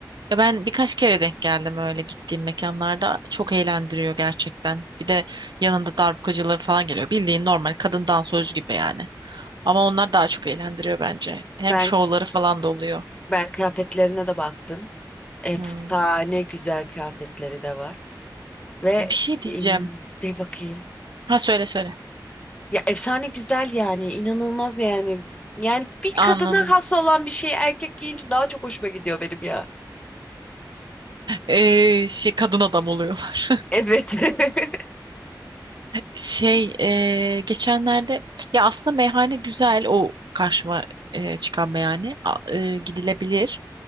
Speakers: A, on the right; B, on the left.
A: Ya ben birkaç kere denk geldim öyle gittiğim mekanlarda. Çok eğlendiriyor gerçekten. Bir de yanında darbukacıları falan geliyor. Bildiğin normal kadın dansöz gibi yani. Ama onlar daha çok eğlendiriyor bence. Hem
B: Ben
A: şovları falan da oluyor.
B: ben kıyafetlerine de baktım. Efsane
A: Hmm.
B: güzel kıyafetleri de var ve
A: Bir şey diyeceğim.
B: inan de bakayım.
A: Ha söyle söyle.
B: Ya efsane güzel yani inanılmaz yani. Yani bir
A: Anladım.
B: kadına has olan bir şeyi erkek giyince daha çok hoşuma gidiyor benim ya.
A: Ee, şey kadın adam oluyorlar.
B: Evet. <laughs>
A: Şey e, geçenlerde ya aslında meyhane güzel o karşıma e, çıkan meyhane A- e, gidilebilir.